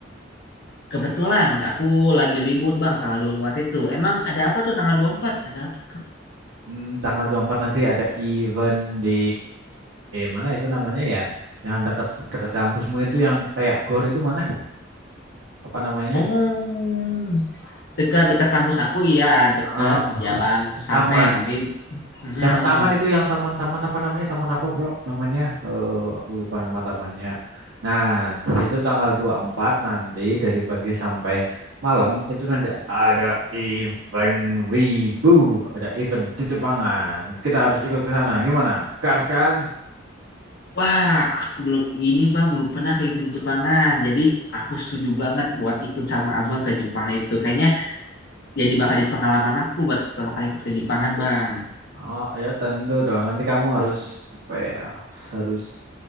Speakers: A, on the left; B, on the right.
A: Kebetulan aku lagi libur, Bang, tanggal 24 itu. Emang ada apa tuh tanggal 24? Ada apa tuh?
B: Hmm, tanggal 24 nanti ada event di mana itu namanya ya? Yang dekat dekat kampusmu itu yang kayak gor itu mana? Apa namanya?
A: Oh, dekat-dekat kampus aku, iya. Dekat
B: Ah,
A: jalan pesantren.
B: taman
A: Nanti, mm.
B: Yang taman itu yang taman-taman apa namanya? Taman apa, Bro? Namanya eh aku lupa nama tamannya. Nah, di situ tanggal dua puluh empat nanti dari pagi sampai malam itu nanti ada event Wibu, ada event di Jepangan. Kita harus ikut ke sana. Gimana? Gas kan?
A: Wah, aku belum, ini Bang, belum pernah ke event di Jepangan. Jadi, aku setuju banget buat ikut sama Abang ke Jepang itu. Kayaknya jadi bakal jadi pengalaman aku buat pertama kali ikut ke Jepangan, Bang.
B: Oh ya tentu dong. Nanti kamu harus apa ya? Harus